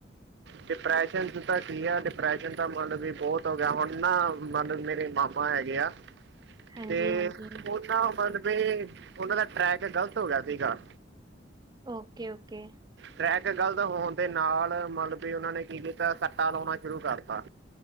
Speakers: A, on the right; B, on the right.
A: ਡਿਪਰੈਸ਼ਨ ਤਾਂ ਕੀ ਆ ਡਿਪਰੈਸ਼ਨ ਤਾਂ ਮਤਲਬ ਵੀ ਬੋਤ ਹੋ ਗਿਆ ਹੁਣ ਨਾ ਮਤਲਬ ਮੇਰੇ ਮਾਮੇ ਮਾ ਹੈਗੇ ਆ।
B: <inaudible> ਹਾਂਜੀ-ਹਾਂਜੀ
A: ਤੇ ਉਹਨਾਂ ਮਤਬ ਏ ਉਹਨਾਂ ਦਾ ਟਰੈਕ ਗਲਤ ਹੋ ਗਿਆ ਸੀਗਾ।
B: ਓਕੇ-ਓਕੇ
A: ਟਰੈਕ ਗਲਤ ਹੋਣ ਦੇ ਨਾਲ ਮਤਲਬ ਉਹਨਾਂ ਨੇ ਕੀ ਕੀਤਾ ਸੱਟਾ ਲਾਉਣਾ ਸ਼ੁਰੂ ਕਰ ਹ